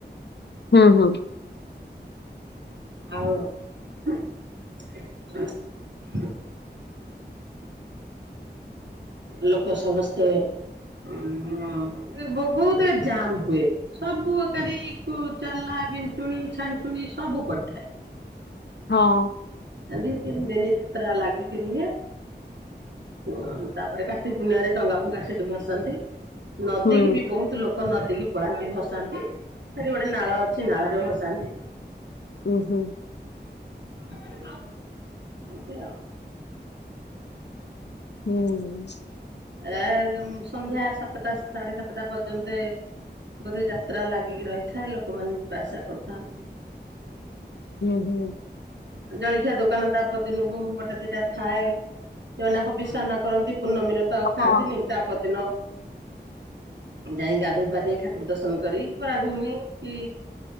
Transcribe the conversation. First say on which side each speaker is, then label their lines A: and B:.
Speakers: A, on the left; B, on the right.
A: ହୁଁ ହୁଁ।
B: ଆଉ। <unintelligible> ଲୋକ ସମସ୍ତେ ଉଁ ଅ ହ ବହୁତ ଜାମ୍ ହୁଏ। ସବୁଅକାରି ଚାଲା, ବିଞ୍ଚୁଣି ଛାଞ୍ଜୁଣି ସବୁ ପଡିଥାଏ।
A: ହଁ।
B: ତା ଦି ତିନି ଦିନ ଯାତ୍ରା ଲାଗି କି ରୁହେ। ଓ ତାପରେ କାର୍ତ୍ତିକ ପୁର୍ଣିମା ରେ ଟଙ୍ଗା ଫଙ୍ଗା ସେଠି ଭସାନ୍ତି। ନଦୀ
A: ହୁଁ
B: କି ବି ବହୁତ ଲୋ ନଦୀ କିି ପଳାନ୍ତି ଭସାନ୍ତି। ସେଠି ଗୋଟେ ନାଳ ଅଛି ନାଳରେ ଭସାନ୍ତି।
A: ଉଁ ହୁଁ।
B: ଏମିତି ଆଉ।
A: ହୁଁ।
B: ଏ ସନ୍ଧ୍ୟା ସାତଟା ସାଢେ ସାତଟା ପର୍ଯ୍ୟନ୍ତେ ବୋଧେ ଯାତ୍ରା ଲାଗିକି ରହିଥାଏ ଲୋକମାନେ ଯିବା ଆସିବା କରିଥାନ୍ତି।
A: ଉଁହୁଁ।
B: ଜଳଖିଆ ଦୋକାନ ତା ପର ଦିନକୁ ଗୋଟେ ଦିଟା ଥାଏ ସେମାନେ ହବିଷ ଅନ୍ନ କରନ୍ତି ପୂର୍ଣ୍ଣମିର ତ ଆଉ ଖାଆନ୍ତିନି
A: ହଁ
B: ତା ପରଦିନ ଯାଇକି ଗାଧେଇ ପାଧେଇ ଠାକୁର ଦର୍ଶନ କରି ବରା ଘୁଗୁନି କି